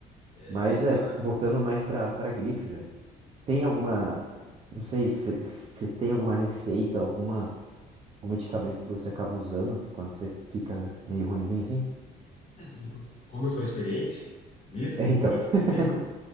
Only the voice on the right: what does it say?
Mas
é, voltando mais pra, pra gripe, velho. Tem alguma, não sei, se se tem alguma receita, alguma, algum medicamento que você acaba usando quando você fica meio ruinzinho assim?
É, então.
<laughs>